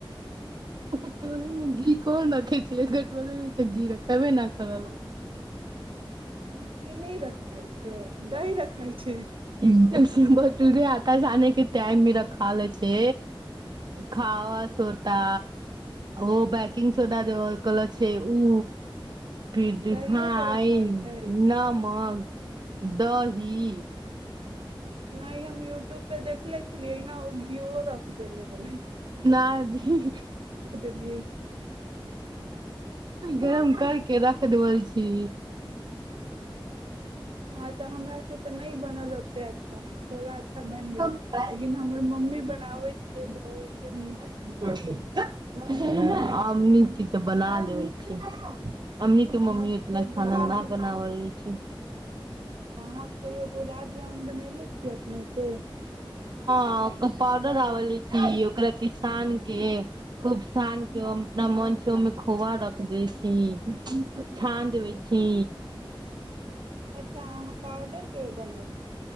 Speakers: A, on the right (about 55°); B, on the right (about 75°).
A: कटोरीे मे घी कोन रखे छै कटोरे मे तऽ घी रखबे नहि करल
B: ई की नहि रखाइ छै दहिी रखाय छै
A: े आता जाे के टाइम मेी र ख ले छै खावा सोटा ओ बैकिंग सोडा जे कहले छै ओ फिरडिफाइन
B: दहियो तऽ रखाइ छै
A: नमक <unintelligible> दहिी
B: नहि हम यूट्यूब पे देखले छलियै घिओ रखि देै ब
A: नहि
B: देलियै
A: गरम करके रख देबल छी
B: हँ तऽ हमर से तऽ नहि बनल ओते <unintelligible> बनि
A: हमनी
B: गेल लेकिन हमर मम्मी बनाबै छियै बहुते नीक
A: <unintelligible>
B: बनै छै
A: आम नीक तऽ बना लेबै छी अमी के मम्मी
B: अहाँके
A: इतना खान
B: गुलाब
A: न बनाबै छी
B: अहाँ कहियौ गुलाब जामुन बनयने छियै अपनेसँ
A: ओ पउडर आवलि छी ओकरा के सान के खूब सान के ओ अपना मन छै ओहिमे खोआ रख दै छी छान देै छी
B: अच्छा अहाँ पाउडर के बन